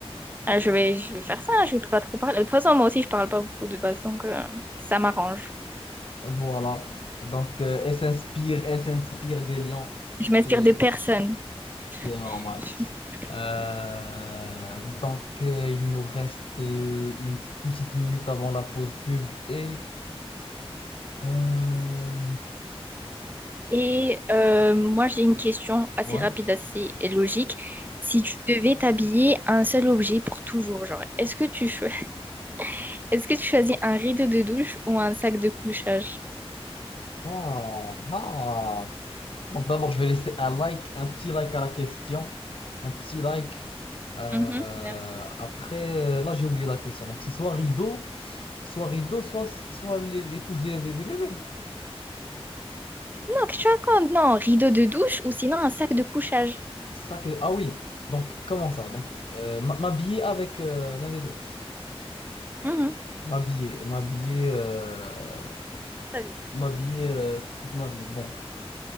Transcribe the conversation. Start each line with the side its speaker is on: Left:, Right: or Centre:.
Right: Ah, je vais, je vais faire ça, je vais pas trop parler. De toute façon, moi aussi, je parle pas beaucoup de base, donc euh, ça m'arrange.
Left: Voilà. Donc, euh, elle s'inspire, elle s'inspire des lions,
Right: Je
Left: ce
Right: m'inspire
Left: qui est,
Right: de personne.
Left: ce qui est normal.
Right: <laughs>
Left: Euh, donc, euh, il nous reste euh, une petite minute avant la pause pub et Euh,
Right: Et euh, moi, j'ai une question assez
Left: Ouais.
Right: rapide, assez logique. Si tu devais t'habiller un seul objet pour toujours, genre, est-ce que tu cho- <laughs> est-ce que tu choisis un rideau de douche ou un sac de couchage?
Left: Ah, ah. Donc d'abord, je vais laisser un like, un petit like à la question. Un petit like. Euh,
Right: Mhm, merci.
Left: après, euh, là, j'ai oublié la question. Donc c'est soit rideau, soit rideau, soit, soit les, les couches des, des, des bébés.
Right: Non, qu'est-ce que tu racontes? Non, rideau de douche ou sinon un sac de couchage.
Left: C'est Ça que... Ah oui. Donc comment ça? Donc euh, m- m'habiller avec euh, l'un des deux.
Right: Mhm.
Left: M'habiller, m'habiller, euh,
Right: Vas-y.
Left: m'habiller euh, toute ma vie. Bon,